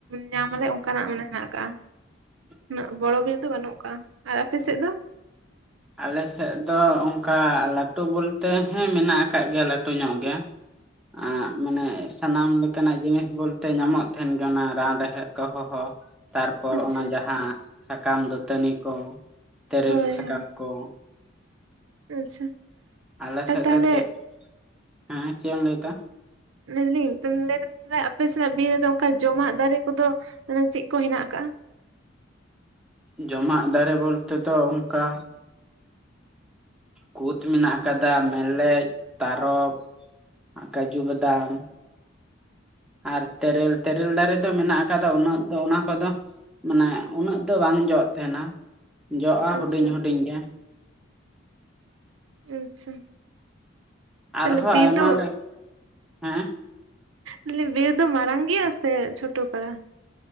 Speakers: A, on the right; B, in the centre.
A: ᱧᱟᱢ ᱟᱞᱮ ᱚᱱᱠᱟᱱᱟᱜ ᱢᱟᱱᱮ ᱦᱮᱱᱟᱜ ᱟᱠᱟᱜᱼᱟ ᱾
B: <inaudible>
A: ᱩᱱᱟᱹᱜ ᱵᱚᱲᱚ ᱠᱚᱨᱮ ᱫᱚ ᱵᱟᱹᱱᱩᱜ ᱟᱠᱟᱫᱟ ᱟᱨ ᱟᱯᱮ ᱥᱮᱫ ᱫᱚ?
B: ᱟᱞᱮ ᱥᱮᱫ ᱫᱚ ᱚᱱᱠᱟ ᱞᱟᱹᱴᱩ ᱵᱚᱞᱛᱮ ᱦᱮᱸ ᱢᱮᱱᱟᱜ ᱟᱠᱟᱫ ᱜᱮᱭᱟ ᱞᱟᱹᱴᱩ ᱧᱚᱜ ᱜᱮ ᱾ ᱟᱜ ᱢᱟᱱᱮ ᱥᱟᱱᱟᱢ ᱞᱮᱠᱟᱱᱟᱜ ᱡᱤᱱᱤᱥ ᱵᱚᱞᱛᱮ ᱧᱟᱢᱚᱜ ᱛᱟᱦᱮᱱ ᱜᱮᱭᱟ ᱨᱟᱱ ᱨᱮᱦᱮᱫ ᱠᱚᱦᱚᱸ ᱛᱟᱨᱯᱚᱨ
A: ᱟᱪᱪᱷᱟ
B: ᱚᱱᱟ ᱡᱟᱦᱟᱸ ᱥᱟᱠᱟᱢ ᱫᱟᱹᱛᱟᱹᱱᱤ ᱠᱚ ᱛᱮᱨᱮᱞ
A: ᱦᱳᱭ
B: ᱥᱟᱠᱟᱢ
A: ᱦᱳᱭ
B: ᱠᱚ
A: ᱟᱪᱪᱷᱟ
B: ᱟᱞᱮ
A: ᱟᱨ
B: ᱥᱮᱫ
A: ᱛᱟᱦᱚᱞᱮ
B: ᱫᱚ ᱪᱮᱫ, ᱦᱮᱸ ᱪᱮᱫ ᱮᱢ ᱞᱟᱹᱭᱮᱫᱟ?
A: ᱞᱟᱹᱭ ᱫᱟᱞᱤᱧ <unintelligible> ᱟᱯᱮ ᱥᱮᱜ ᱵᱤᱨ ᱨᱮᱫᱚ ᱚᱱᱠᱟ ᱡᱚᱢᱟᱜ ᱫᱟᱨᱮ ᱠᱚᱫᱚ ᱢᱟᱱᱮ ᱪᱮᱫ ᱠᱚ ᱦᱮᱱᱟᱜ ᱟᱠᱟᱜᱼᱟ
B: ᱡᱚᱢᱟᱜ ᱫᱟᱨᱮ ᱵᱚᱞᱛᱮ ᱫᱚ ᱚᱱᱠᱟ ᱠᱩᱛ ᱢᱮᱱᱟᱜ ᱟᱠᱟᱫᱟ ᱢᱮᱞᱮᱡ ᱛᱟᱨᱚᱵ ᱠᱟᱡᱩ ᱵᱟᱫᱟᱢ ᱟᱨ ᱛᱮᱨᱮᱞ ᱛᱮᱨᱮᱞ ᱫᱟᱨᱮ ᱫᱚ ᱢᱮᱱᱟᱜ ᱟᱠᱟᱫᱟ ᱩᱱᱟᱹᱜ ᱫᱚ ᱚᱱᱟ ᱠᱚᱫᱚ ᱢᱟᱱᱮ ᱩᱱᱟᱹᱜ ᱫᱚ ᱵᱟᱝ ᱡᱚᱜ ᱛᱟᱦᱮᱱᱟ᱾ ᱡᱚᱜ-ᱟ ᱦᱩᱰᱤᱧ
A: ᱟᱪᱪᱷᱟ
B: ᱦᱩᱰᱤᱧ ᱜᱮ᱾
A: ᱟᱪᱪᱷᱟ
B: ᱟᱨᱦᱚᱸ
A: ᱛᱟᱦᱚᱞᱮ ᱵᱤᱨ
B: ᱟᱭᱢᱟ
A: ᱫᱚ
B: <inaudible> ᱞᱮ ᱦᱮᱸ
A: ᱵᱤᱨ ᱫᱚ ᱢᱟᱨᱟᱝ ᱜᱮᱭᱟ ᱥᱮ ᱪᱷᱳᱴᱳ ᱯᱟᱛᱟ?